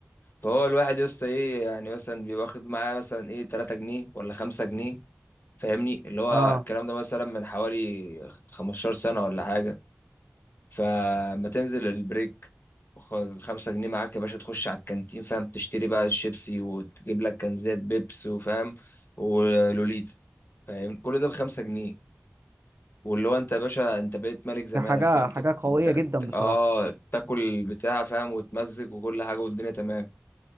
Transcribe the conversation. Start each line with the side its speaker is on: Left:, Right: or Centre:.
Left: فهو الواحد يا اسطى ايه يعني مثلا بيبقى واخد معاه مثلا ايه 3 جنيه ولا 5 جنيه فاهمني اللي هو
Right: آه
Left: الكلام ده مثلا من حوالي 15 سنة ولا حاجة فما تنزل البريك خد الخمسة جنيه معاك يا باشا تخش على الكانتين فاهم تشتري بقى الشيبسي وتجيب لك كنزات بيبس وفاهم ولوليتا فاهم كل ده بخمسة جنيه واللي هو انت يا باشا انت بقيت ملك زمانك
Right: ده حاجة
Left: فاهم
Right: حاجة
Left: تاكل
Right: قوية
Left: تا-
Right: جدا
Left: تا-
Right: بصراحة
Left: اه تاكل بتاع فاهم وتمزج وكل حاجة والدنيا تمام